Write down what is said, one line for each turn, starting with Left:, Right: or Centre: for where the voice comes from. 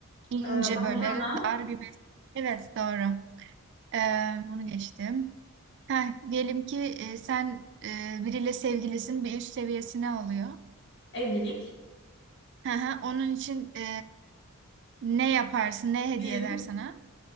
Right: İnce
Left: e, bandana,
Right: böyle dar bir bez. Evet doğru. Ee, bunu geçtim. Heh, diyelim ki e, sen e, biriyle sevgilisin bir üst seviyesine oluyor.
Left: evlilik,
Right: Hı hı, onun için e, ne yaparsın ne hediye
Left: düğün,
Right: eder sana?